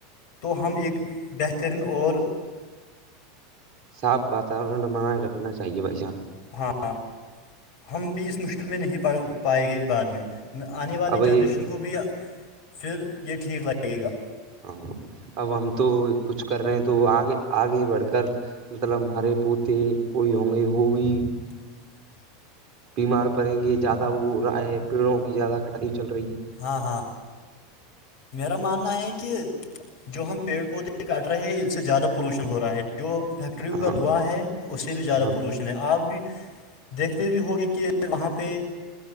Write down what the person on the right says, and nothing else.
صاف واتورن بنائے رکھنا چاہیے بھ جان
اب یہ
ہاں اب ہم تو کچھ کر رہے ہیں تو آگے آگے ہی بڑھ کر مطلب ہمارے پوتے کوئی ہوں گے وہ بھی
بیمار پڑیں گے زیادہ وہ ہو رہا ہے پیڑوں کی زیادہ کٹائی چل رہی ہے
ہے
ہاں
ہاں